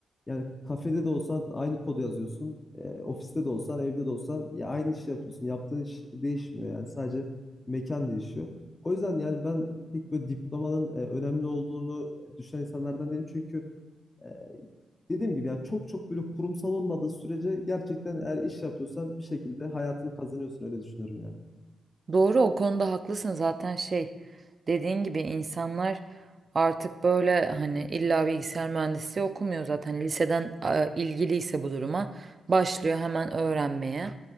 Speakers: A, on the left (about 20°); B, on the right (about 35°).
A: Yani kafede de olsan aynı kodu yazıyorsun. E, ofiste de olsan, evde de olsan ya aynı işi yapıyorsun. Yaptığın iş değişmiyor yani sadece mekan değişiyor. O yüzden yani ben pek böyle diplomanın e, önemli olduğunu e, düşünen insanlardan değilim. Çünkü e, dediğim gibi yani çok çok böyle kurumsal olmadığı sürece gerçekten eğer iş yapıyorsan bir şekilde hayatını kazanıyorsun öyle düşünüyorum yani.
B: Doğru o konuda haklısın zaten şey dediğin gibi insanlar artık böyle hani illa bilgisayar mühendisliği okumuyor zaten liseden e, ilgiliyse bu duruma başlıyor hemen öğrenmeye.